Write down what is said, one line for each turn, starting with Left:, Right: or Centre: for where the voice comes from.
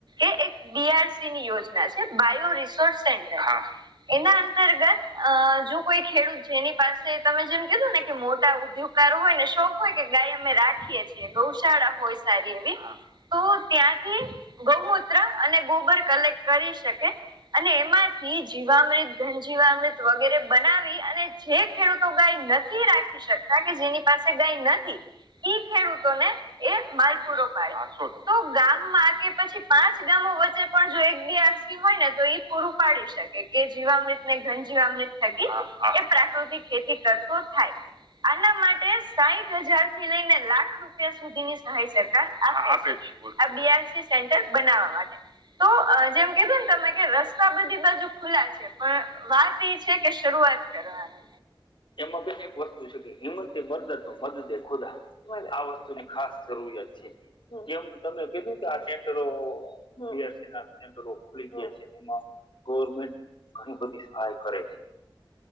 Right: એ એક ડી. આર. સી. ની યોજના છે બાયો રિસોર્ચ સેન્ટર એના અનંતરગ અ જો કોઈ ખેડૂત જેની પાસે તમે જેમ કીધું ને કે મોટા ઉદ્યોગકારો હોય ને શો હોય કે ગાય અમે રાખીએ છીએ ગૌશાળા હોય સારી એવી તો ત્યાંથી ગૌમૂત્ર અને ગોબર કલેક્ટ કરી શકે. અને એમાંથી જીવામૃત ઘનજીવા અમૃત વગેરે બનાવી અને જે ખેડૂતો ગાય નથી રાખી શકે કાર કે જેની પાસે ગાય નથી ઈ ખેડૂતોને એ માલપુરો પાડ તો ગામમાં કે પછી પાંચ ગામો વચ્ચે પણ જો એક બેી આકી હોય ને તો એ પૂરું પાડી શકે કે જીવામૃત ને ઘનજીીવામૃત થકી એ પ્રાકૃતિક ખેતી કરતો થાય આના માટે સાહીઠ હજાર થી લઈને લાખો રૂપિયા સુધીની સહાય સરકાર આપે છે આ બીઆરસી સેન્ટર બનાવવા માટે તો જેમ કધું ને તમે કે રસ્તા બધી બાજુ ખુલા છે પણ વાત એ છે કે શરૂઆત કરવાની
Left: એમાં બે એક વસ્તુ છે કે હિંમતે મદદ મદદે ખુદા આ વસ્તુ ની ખાસ જરૂરિયાત છે. જેમ તમે કીધું કે આ સેન્ટરોસી ના રોલી છે ગવર્મેન્ટ ઘણી બધી સહાય કરે છે.